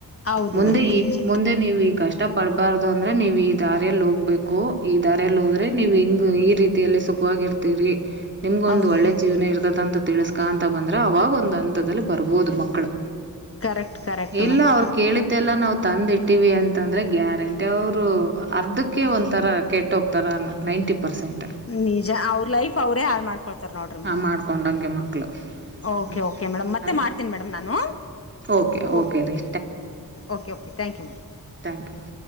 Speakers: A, on the left; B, on the right.
A: ಹೌದು
B: ಮುಂದೆ
A: ಮೇಡಮ್
B: ಈ
A: ನಿಜ
B: ಮುಂದೆ ನೀವ್ ಈ ಕಷ್ಟ ಪಡ್ಬಾರ್ದು ಅಂದ್ರೆ ನೀವ್ ಈ ದಾರಿಯಲ್ಲಿ ಹೋಗ. ಹಬೇಕು ಈ ದಾರ ಎಲ್ಲಿ ಹೋದ್ರೆ ನೀವ್ ಹೆಂಗ ಈ ರೀತಿಯಲ್ಲಿ ಸುಖವಾಗಿರ್ತೀರಿ. ನಿಮ್ಗೊಂದು
A: ಹೌದು
B: ಒಳ್ಳೆ
A: ಮೇಡಮ್
B: ಜೀವನ ಇರತ ಅಂತ ತಿಳಿಸಸ್ಕಾಂತ ಬಂದ್ರೆ ಅವಾಗ ಒಂದು ಹಂತದಲ್ಲಿ ಬರ್ಬೋದು ಮಕ್ಕಳು.
A: ಕರೆಕ್ಟ್ ಕರೆಕ್ಟ್
B: ಇಲ್ಲ
A: ಮೇಡಮ್
B: ಅವ್ರು ಕೇಳಿದ್ದೆಲ್ಲ ನಾವು. ತಂದಿಟ್ಟಿವ ಅಂತಂದ್ರೆ ಗ್ಯಾರಂಟಿ ಅವರು ಅರ್ಧಕ್. ಅದಕಕ್ಕೆ ಒಂಥರ ಕೆಟ್ಟೋಗ್ತಾರೆ ನೈಂಟಿ ಪರ್ಸೆಂಟ್.
A: ನಿಜ ಅವ್ರ ಲೈಫ್ ಅವ್ರೇ ಹಾಳ್ ಮಾಡ್ಕೊಳ್ತಾರೆ. ನೋಡ್ರಿ
B: ಹಾ
A: ಮೇಡಮ್
B: ಮಾಡ್ಕೊಂಡಂಗೆ ಮಕ್ಕಳು.
A: ಓಕೆ
B: ಹ್ಞೂ
A: ಓಕೆ ಮೇಡಮ್ ಮತ್ತೆ
B: ಅದು
A: ಮಾಡ್ತನಿ ಮೇಡಮ್ ನಾನು.
B: ಓಕೆ
A: ಕ
B: ಓಕೆ ರೀ
A: okay okay thank you ma'am.
B: Thank you. <inaudible>